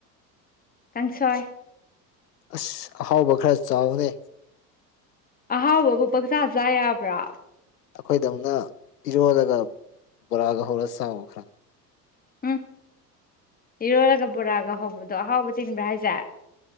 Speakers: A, on the left; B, on the left.
A: ꯀꯥꯡꯁꯣꯏ
B: ꯑꯁ ꯑꯍꯥꯎꯕ ꯈꯔ ꯆꯥꯎꯅꯦ
A: ꯑꯍꯥꯎꯕꯕꯨ ꯄꯪꯆꯥ ꯆꯥ ꯌꯥꯕ꯭ꯔꯥ
B: ꯑꯩꯈꯣꯏꯗꯧꯅ ꯏꯔꯣꯜꯂꯒ ꯕꯣꯔꯥꯒ ꯍꯧꯔꯒ ꯆꯥꯎ ꯈꯔ
A: ꯎꯝ ꯏꯔꯣꯜꯂꯒ ꯕꯣꯔꯥꯒ ꯍꯧꯕꯗꯣ ꯑꯍꯥꯎꯕ ꯆꯤꯡꯕ꯭ꯔꯥ ꯍꯥꯏꯁꯦ